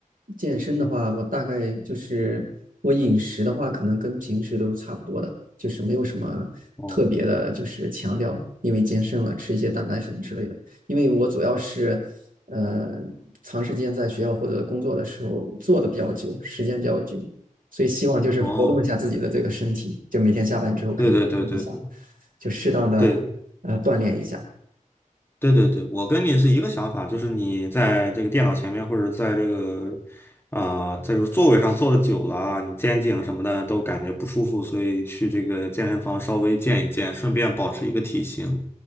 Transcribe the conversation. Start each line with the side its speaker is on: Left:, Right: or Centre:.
Right: 健身的话，我大概就是我饮食的话，可能跟平时都差不多的，就是没有什么特别的，
Left: 哦
Right: 就是强调，因为健身了吃一些蛋白粉之类的。因为我主要是，呃，长时间在学校或者工作的时候坐的比较久，时间比较久，所以希望就是活动一下自己的这个身体，
Left: 哦，
Right: 就每天下班之后可以动一下，
Left: 对对对对对
Right: 就适当的
Left: 对，
Right: 呃锻炼一下。
Left: 对对对，我跟你是一个想法，就是你在这个电脑前面或者在这个啊、在这个座位上坐的久了啊，你肩颈什么的都感觉不舒服，所以去这个健身房稍微健一健，顺便保持一个体型。